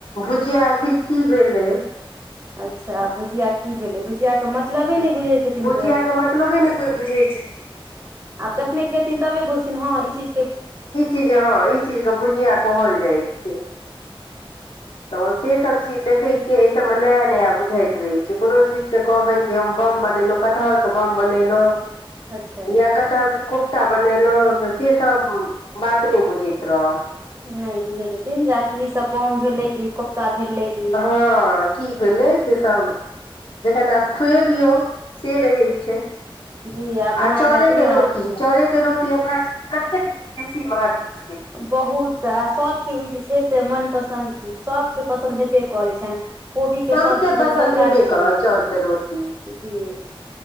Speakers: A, on the left (about 65°); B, on the right (about 30°).
A: भुजिया आखिर की भेलै
B: अच्छा भुजिया की भेलै भुजिया के मतलबे नहि बुझैत हेथिन
A: भुझियाके
B: कोइ
A: मतलबे ने कोइ बुझै छथिन
B: आब जखने खेथिन तबे बुझथिन हँ ई चीज
A: ई चीज हँ ई चीजके भुजिया कहल जाइ छै तऽ सेसभ चीज देखै छियै एहिठम नया नया बुझाइत रहैत छै कोनो चीजके कहबनि जे हम बम बनेलंहु कटहर के बम बनेलहुं
B: अच्छा
A: या कटहर के बम कोफ्ता बनेलहुँ तऽ सेसभ बात नहि बुझैत रहल
B: नहि बुझे छेथिन जाकि ई सब बम भेलै कि कोफ्ता भेलै कि
A: हँ की भेलै सेसभ जखन आब खुएबियौ से रहै छै
B: जी बना
A: आ चाउरे
B: कऽ दियौन
A: के रोटी चाउरे के रो कि अपना सबके कतेक बेसी महत्व छै
B: बहुत आ सबके ई जे छै से मनपसन्द चीज सभके पसन्द हेबे करैत छनि कोबी के
A: सबके
B: सब्जी
A: पसन्द
B: तरकारी
A: हेबे करत
B: सगे
A: चाउरके रोटी
B: जी